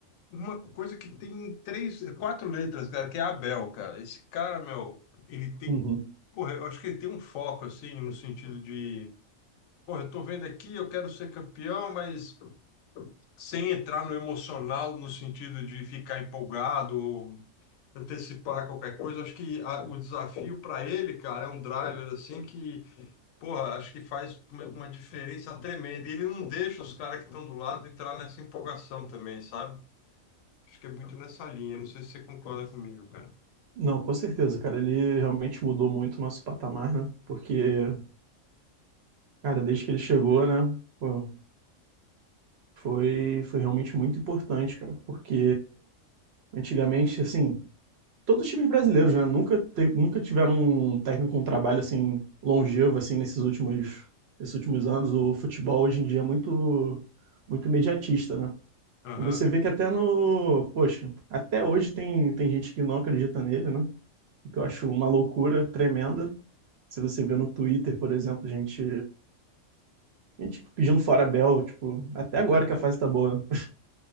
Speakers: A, on the left (about 85°); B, on the right (about 60°).
A: Uma coisa que tem três, quatro letras, cara, que é Abel, cara. Esse cara, meu, ele tem,
B: Uhum.
A: porra, eu acho que ele tem um foco, assim, no sentido de Pô, eu tô vendo aqui, eu quero ser campeão, mas sem entrar no emocional, no sentido de ficar empolgado ou antecipar qualquer coisa. Acho que a- o desafio para ele, cara, é um driver assim que, porra, acho que faz uma uma diferença tremenda. E ele não deixa os caras que estão do lado entrar nessa empolgação também, sabe? Acho que é muito nessa linha. Não sei se você concorda comigo, cara.
B: Não, com certeza, cara. Ele realmente mudou muito o nosso patamar, né? Porque, cara, desde que ele chegou, né? pô, foi, foi realmente muito importante, cara. Porque Antigamente, assim, todos os times brasileiros, né? Nunca, te- nunca tiveram um técnico com um trabalho assim longevo assim nesses últimos, esses últimos anos. O futebol hoje em dia é muito, muito imediatista, né?
A: Aham.
B: E você vê que até no, poxa, até hoje tem, tem gente que não acredita nele, né? O que eu acho uma loucura tremenda. Se você vê no Twitter, por exemplo, gente, gente pedindo fora Bel, tipo, até
A: <laughs>
B: agora que a fase tá boa. né?